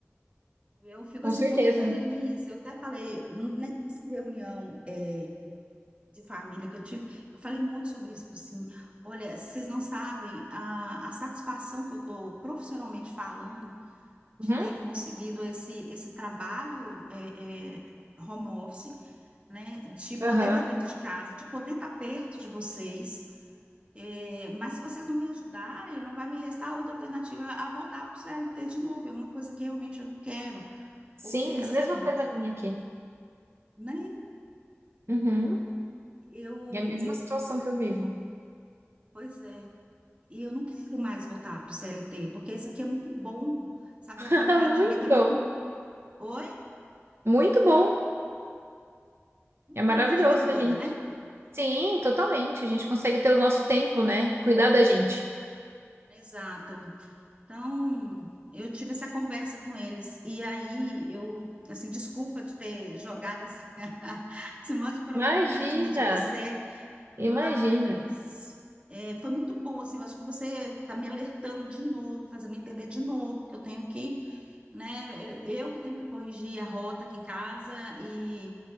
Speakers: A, on the right (about 25°); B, on the right (about 60°).
A: eu fico
B: com
A: assim
B: certeza.
A: muito feliz. Eu até falei, né, nessa reunião. é, de família que eu tive, eu falei muito sobre isso, falei assim, olha, vocês não sabem a, a satisfação que eu estou profissionalmente falando de
B: Uhum,
A: ter conseguido esse, esse trabalho é, é, home office, né, de poder
B: aham.
A: estar dentro de casa, de poder estar perto de vocês, É, mas se vocês não me ajudarem, não vai me restar outra alternativa a voltar para o CLT de novo, é uma coisa que realmente eu não quero,
B: Sim,
A: porque assim,
B: é a mesma coisa minha aqui.
A: né,
B: Uhum.
A: eu,
B: É a mesma
A: eu,
B: situação que eu vivo.
A: pois é, E eu não quero mais voltar para o CLT, porque isso aqui é muito bom, sabe?
B: <laughs>
A: É uma qualidade
B: Muito,
A: de vida muito. Oi?
B: muito bom.
A: Uma
B: É
A: Qualidade
B: maravilhoso
A: de vida boa,
B: a gente.
A: né?
B: Sim, totalmente. A gente consegue ter o nosso tempo, né? Cuidar da gente.
A: Exato. Então, eu tive essa conversa com eles. E aí, eu, assim, desculpa de ter jogado esse, <laughs> esse monte de problema
B: Imagina,
A: para cima de você, mas.
B: imagina.
A: é, foi muito bom, assim, eu acho que você está me alertando de novo, fazendo entender de novo que eu tenho que né? Eu que tenho que corrigir a rota aqui em casa e,